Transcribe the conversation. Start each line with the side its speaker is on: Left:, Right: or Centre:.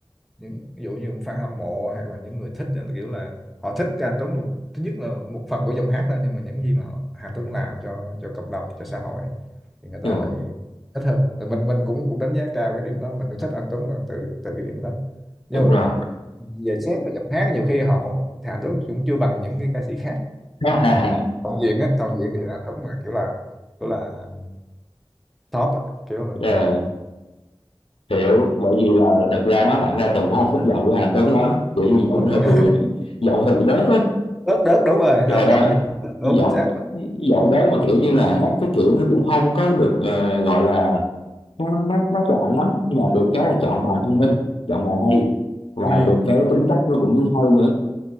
Centre: những- ví dụ như fan hâm mộ hoặc là những người thích á, kiểu là họ thích cái anh Tuấn thứ nhất là một phần của giọng hát thôi nhưng mà những gì mà họ, Anh Tuấn làm cho cho cộng đồng cho xã hội á, thì người
Left: ừ,
Centre: ta lại thích hơn Rồi mình mình cũng cũng đánh giá cao cái điểm đó mình cũng thích anh Tuấn là từ từ cái điểm đó nhưng
Left: đúng
Centre: mà
Left: rồi
Centre: về xét cái giọng hát nhiều khi họ không, thì Tuấn cũng chưa bằng những cái ca sĩ khác
Left: <laughs>
Centre: nhưng mà toàn diện á toàn diện thì là đúng là kiểu là kiểu là top á kiểu là mình
Left: Ờ,
Centre: mình
Left: hiểu bởi vì là thật ra nó thẳng ra Tùng cũng không thích giọng của Hàn Tuấn lắm kiểu như giọng
Centre: đúng
Left: nó
Centre: đúng
Left: hơi bị giọng hơi bị đớt á
Centre: đớt đớt đúng rồi hào
Left: rồi đó
Centre: giọng thì đúng
Left: giọng
Centre: chính xác là
Left: giọng
Centre: đúng
Left: đớt mà kiểu như là hát cái kiểu nó cũng không có được ờ, gọi là nó nó nó chọn lắm nhưng mà được cái là chọn bài thông minh chọn bài hay và
Centre: tư duy
Left: được cái tính cách nó cũng hay nữa